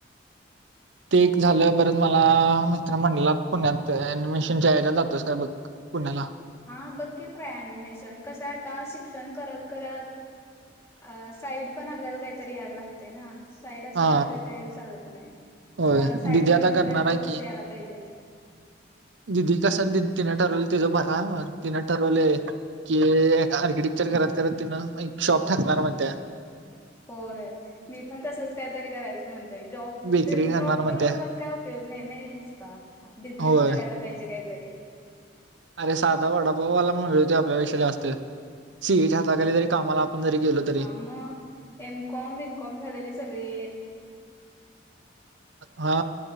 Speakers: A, on the left; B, on the right.
A: <inaudible>
B: ते एक झालं परत मला मित्र म्हटला पुण्यातनमिशनच्या यायला जातोस काय बघ पुण्याला
A: हा बघकी ट राय अनिमेशन कस आता शिक्षण करत करत साईड पण आपल्याला काहीतरी याला लागते ना साईड असल्याशिवाय
B: हा
A: का चालत नाही
B: होय
A: तुला साईड
B: दिदी
A: कोणते
B: आता करणार
A: तरी
B: आहे
A: कोर्स
B: की
A: यायला पाहिजेत
B: दिदी कस तिनं ठरवले तिझं बरा तिनं ठरवले कि आर्किटेक्चर करत करत तिनं एक शॉप ठाकणार मण त्या
A: हो मी पण तसच काहीतरी करायचं म्हणतय जॉब
B: बेकरी करणार
A: जॉब
B: म्हणत्या
A: करून पण काय उपयोग नाहीस बिझनेस
B: होय
A: करायला पाहिजे कायतरी
B: अरे साधा वडापाऊवाला म्हणले होती आपल्यापेक्षा जास्त सीएच्या हाताखाली तरी कामाला आपण जरी गेलो तरी
A: हा मग एमकॉम बमकॉम झालेली सगळी
B: हा